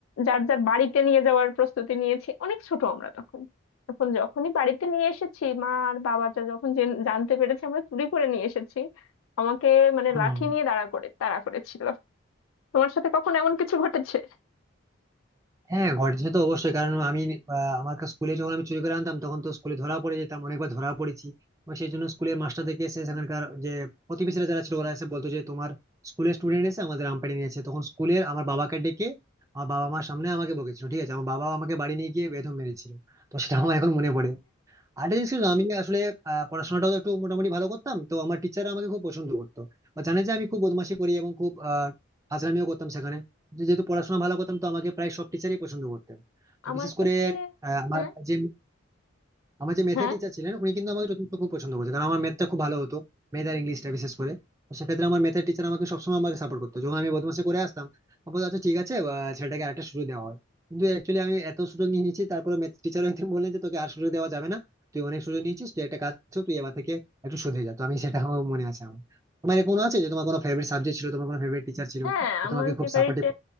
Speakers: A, on the left; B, on the right.
A: যার যার বাড়িতে নিয়ে যাওয়ার প্রস্তুতি নিয়েছি অনেক ছোট আমরা তখন তখন যখনই বাড়িতে নিয়ে এসেছি মা আর বাবা যা যখন জেন- জানতে পেরেছে আমরা চুরি করে নিয়ে এসেছি আমাকে মানে
B: হম
A: লাঠি নিয়ে দাঁড়া করে তাড়া করেছিল তোমার সাথে কখন এমন কিছু ঘটেছে
B: হ্যাঁ ঘটেছে তো অবশ্যই কারণ আমি আহ, আমার কাছে স্কুলে যখন আমি চুরি করে আনতাম তখন তো স্কুলে ধরা পড়ে যেতাম অনেকবার ধরা পড়েছি এবং সেই জন্য স্কুলের মাস্টার দেখে এসে সেখানকার যে প্রতিবেশীরা যারা ছিল ওরা এসে বলতো যে তোমার স্কুলের স্টুডেন্ট এসে আমাদের আম পেড়ে নিয়েছে তখন স্কুলের আমার বাবাকে ডেকে আমার বাবা মার সামনে আমাকে বকেছিল ঠিক আছে আমার বাবা আমাকে বাড়ি নিয়ে গিয়ে বেদম মেরেছিল তো সেটা আমার এখন মনে পড়ে আরেকটা জিনিস কি জানো, আমি আসলে আহ, পড়াশোনাটাও একটু মোটামুটি ভালো করতাম তো আমার টিচাররা আমাকে খুব পছন্দ করতো বা জানে যে আমি খুব বদমাশি করি এবং খুব আহ ফাজলামিও করতাম সেখানে যে- যেহেতু পড়াশোনা ভালো করতাম তো আমাকে প্রায় সব টিচারই পছন্দ করতেন তো
A: আমার
B: বিশেষ
A: ক্ষেত্রে
B: করে আহ, আমার
A: হ্যাঁ
B: যে আমার যে ম্যাথের
A: হ্যাঁ
B: টিচার ছিলেন উনি কিন্তু আমাকে যথেষ্ট খুব পছন্দ করতেন কারণ আমার ম্যাথটা খুব ভালো হতো ম্যাথ আর ইংলিশটা বিশেষ করে তো সেক্ষেত্রে আমার ম্যাথের টিচার আমাকে সবসময় আমাকে সাপোর্ট করতো যখন আমি বদমাশি করে আসতাম আমি বলতো আচ্ছা ঠিক আছে আহ, ছেলেটাকে আরেকটা সুযোগ দেওয়া হয় কিন্তু অ্যাকচুয়ালি আমি এত সুযোগ নিয়ে নিয়েছি তারপরে ম্যাথ টিচার একদিন বললেন যে তোকে আর সুযোগ দেওয়া যাবে না তুই অনেক সুযোগ নিয়েছিস তুই একটা কাজ কর, তুই এবার থেকে একটু শুধরে যা তো আমি সেটা আমার মনে আছে আমার তোমার কোনো আছে যে তোমার কোনো ফেভারিট সাবজেক্ট ছিল তোমার কোনো ফেভারিট টিচার ছিল
A: হ্যাঁ
B: যে
A: আমার
B: তোমাকে খুব
A: ফেভারিট
B: সাপোর্টিভ